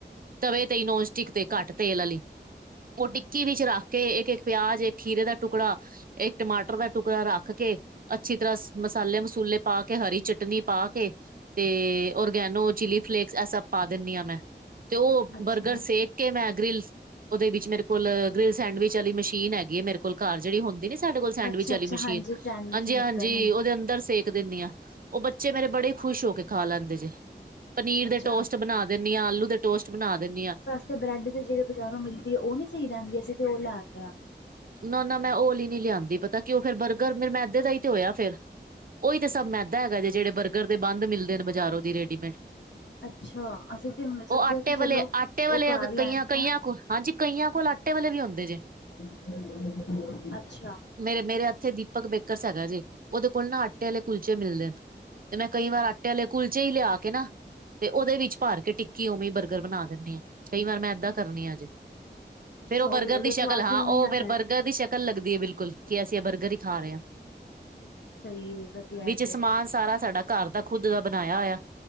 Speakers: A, on the right; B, on the left.
A: ਤਵੇ ਤੇ ਨੋਨ ਸਟਿਕ ਤੇ ਘੱਟ ਤੇਲ ਵਾਲੀ- ਉਹ ਟਿੱਕੀ ਵਿਚ ਰੱਖ ਕੇ ਇਕ- ਇਕ ਪਿਆਜ ਇਕ- ਖੀਰੇ ਦਾ ਟੁਕੜਾ ਇਕ ਟਮਾਟਰ ਦਾ ਟੁਕੜਾ ਰੱਖ ਕੇ ਅਛੀ ਤਰ੍ਹਾਂ ਮਸਾਲੇ ਮਸ- ਛੋਲੇ ਪਾ ਕੇ ਹਰੀ ਚਟਨੀ ਪਾ ਕੇ- ਤੇ ਔਰਗੈਨੋ ਚਿਲੀ ਫਲੇਕ ਇਹ ਸਭ ਪਾ ਦਿੰਦੀ ਹ ਮੈ ਤੇ ਉਹ
B: ਅੱਛਾ,
A: ਬਰਗਰ ਸੇਕ- ਕਿ ਮੈ ਗ੍ਰਿਲ, ਉਹਦੇ ਵਿਚ ਮੇਰੇ ਕੋਲ ਗ੍ਰਿਲ ਸੈਂਡਵਿਚ ਵਾਲੀ ਮਸ਼ੀਨ ਹੈਗੀ ਏ, ਮੇਰੇ ਕੋਲ ਘਰ ਜਿਹੜੀ ਹੁੰਦੀ- ਕਿੰਨੀ, ਸਾਡੇ ਕੋਲ ਸੈਂਡਵਿਚ
B: ਅੱਛਾ-ਅੱਛਾ
A: ਵਾਲੀ ਮਸ਼ੀਨ,
B: ਹਾਂਜੀ ਸੈਂਡਵਿਚ
A: ਹਾਂਜੀ-
B: ਮੇਕਰ
A: ਹਾਂਜੀ ਉਹਦੇ ਅੰ- ਅਦਰ ਸੇਕ ਦਿੰਦੀ ਹਾਂ, ਉਹ ਬੱਚੇ ਮੇਰੇ, ਬੜੇ ਖੁਸ਼ ਹੋ ਕੇ ਖਾ ਲੈਂਦੇ ਜੇ- ਪਨੀਰ
B: ਅੱਛਾ।
A: ਦੇ, ਟੋਸਟ ਬਣਾ ਦਿੰਨੀ ਆ, ਆਲੂ ਦੇ ਟੋਸਟ ਬਣਾ ਦਿੰਨੀ ਆ
B: ਤੇ ਬ੍ਰੈਡ ਤੇ ਜਿਹੜੇ ਬਜ਼ਾਰੋਂ ਮਿਲਦੀ, ਆ। ਉਹ ਨਹੀਂ ਸਹੀ ਰਹਿਦੀ, ਅਸੀਂ ਤੇ ਉਹ ਲੈੈਂਦੇ ਹਾਂ।
A: ਨਾ -ਨਾ ਮੈਂ ਓਲੀ ਹੀ ਨੀ ਲਿਆਂਉਂਦੀ। ਪਤਾ ਕਿਉਂ, ਫੇਰ ਬਰਗਰ, ਮੈਂੱਦੇ ਦਾ ਹੀ ਤੇ ਹੋਇਆ ਫ਼ਿਰ ਉਹੀ ਤਾਂ ਸਭ ਮਹਿੰਦਾ ਹੈਗਾ,। ਜੇ ਜਿਹੜੇ ਬਰਗਰ ਦੇ ਬੰਦ ਮਿਲਦੇ ਨੇ, ਬਜ਼ਾਰੋਂ ਦੀ। ਰੈਡੀਮੇਟ
B: ਅੱਛਾ ਅਸੀਂ ਤੇ ਸੋਚਿਆ
A: ਉਹ, ਆਟੇ
B: ਕਿ ਚਲੋ
A: ਵਾਲੇ -ਆਟੇ ਵਾਲੇ
B: ਉਹ ਘਰ ਲੈ
A: ਕਈਆਂ
B: ਆਨੇ
A: -ਕਈਆਂ
B: ਆ।
A: ਕੋਲ, ਹਾਂਜੀ ਕਈਆਂ ਕੋਲ ਆਟੇ ਵਾਲੇ ਵੀ ਹੋਂਦੇ ਜੇ।
B: <unintelligible> ਅੱਛਾ।
A: ਮੇਰੇ- ਮੇਰੇ ਇੱਥੇ ਦੀਪਕ ਬੇਕਰਸ ਹੈਗਾ ਜੀ, ਉਹਦੇ ਕੋਲ ਨਾ ਆਟੇ ਵਾਲੇ ਕੁਲਚੇ ਮਿਲਦੇ। ਤੇ ਮੈਂ ਕਈ ਵਾਰ ਆਟੇ ਵਾਲੇ ਕੁਲਚੇ ਹੀ ਲਿਆ ਕੇ ਨਾ ਤੇ ਉਹਦੇ ਵਿੱਚ ਭਰ ਕੇ ਟਿੱਕੀ ਉਵੇਂ ਬਰਗਰ ਬਣਾ ਦਿੰਦੀ ਹਾਂ, ਕਈ ਵਾਰ ਮੈਂ ਏਦਾਂ ਕਰਨੀ ਆ ਅਜੇ।
B: ਅੱਛਾ
A: ਫਿਰ ਉਹ ਬਰਗਰ
B: ਵੀ ਉਹਦਾ
A: ਦੀ ਸ਼ਕਲ
B: ਸਵਾਦ
A: ਹਾਂ,
B: ਵੀ ਉਵੇਂ
A: ਉਹ
B: ਆਂਦਾ
A: ਫਿਰ
B: ਐ।
A: ਬਰਗਰ ਦੀ ਸ਼ਕਲ ਲੱਗਦੀ ਹੈ, ਬਿਲਕੁਲ ਕਿ ਅਸੀਂ ਇਹ ਬਰਗਰ ਹੀ ਖਾ ਰਹੇ ਹਾਂ।
B: ਸਹੀ ਏ ਵਧੀਆ
A: ਵਿੱਚ
B: ਐ ਤੇ
A: ਸਮਾਨ ਸਾਰਾ ਸਾਡਾ ਘਰ ਦਾ ਖੁੱਦ ਦਾ ਬਣਾਇਆ ਹੋਇਆ,